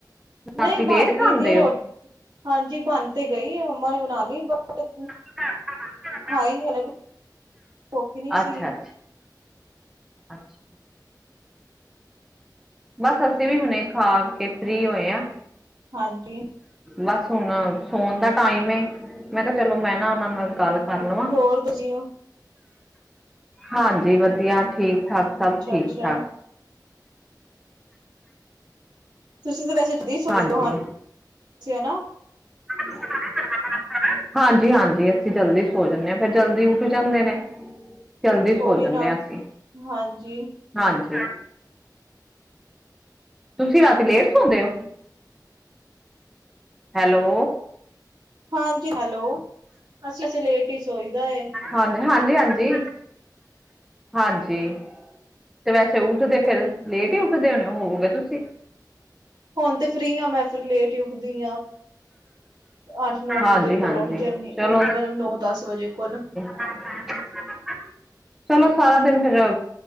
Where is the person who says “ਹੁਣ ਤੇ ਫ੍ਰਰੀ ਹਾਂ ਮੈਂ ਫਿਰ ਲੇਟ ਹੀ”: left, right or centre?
Right